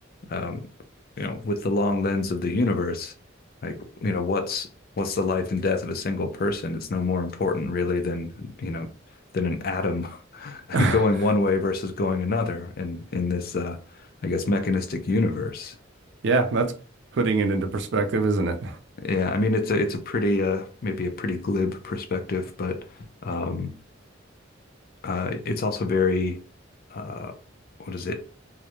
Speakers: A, on the left; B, on the right.
A: um, you know, with the long lens of the universe, like you know, what's what's the life and death of a single person? It's no more important really than you know than an atom <laughs>
B: <laughs>
A: going one way versus going another in in this uh, I guess mechanistic universe.
B: Yeah, that's putting it into perspective, isn't it?
A: Yeah, I mean it's a it's a pretty uh maybe a pretty glib perspective, but um uh it's also very uh what is it?